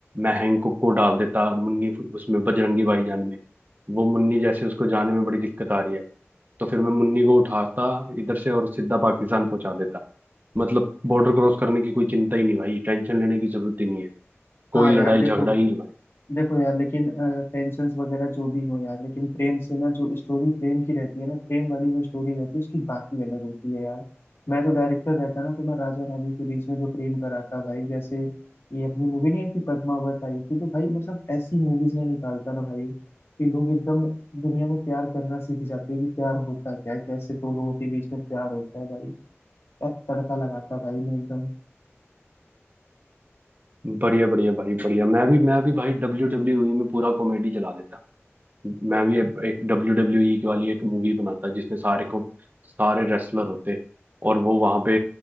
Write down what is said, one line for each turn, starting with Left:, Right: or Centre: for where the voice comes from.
Right: मैं हैंकॉक को डाल देता मुन्नी उसमें बजरंगी भाईजान में वो मुन्नी जैसे उसको जाने में बड़ी दिक्कत आ रही है तो फिर मैं मुन्नी को उठाता इधर से और सीधा पाकिस्तान पहुंचा देता मतलब बॉर्डर क्रॉस करने की कोई चिंता ही नहीं भाई टेंशन लेने की जरूरत ही नहीं है कोई
Left: हाँ यार
Right: लड़ाई
Left: देखो
Right: झगड़ा ही नहीं भाई
Left: देखो यार लेकिन टेंशन वगैरह जो भी हो यार लेकिन प्रेम से ना जो स्टोरी प्रेम की रहती है ना प्रेम वाली जो स्टोरी रहती है उसकी बात ही अलग होती है यार मैं तो डायरेक्टर रहता ना तो मैं राजा रानी के बीच में जो प्रेम कराता भाई जैसे ये अपनी मूवी नहीं आई थी पद्मावत आई थी तो भाई मतलब ऐसी मूवीज में निकालता ना भाई कि लोग एकदम दुनिया में प्यार करना सीख जाते हैं कि प्यार होता क्या है कैसे दो लोगों के बीच में प्यार होता है भाई क्या तड़का लगाता भाई मैं एकदम
Right: बढ़िया बढ़िया भाई बढ़िया मैं भी मैं भी भाई डब्ल्यू डब्ल्यू ई में पूरा कॉमेडी चला देता मैं भी अब एक डब्ल्यू डब्ल्यू ई की वाली एक मूवी बनाता जिसमें सारे को सारे रेसलर होते और वो वहां पे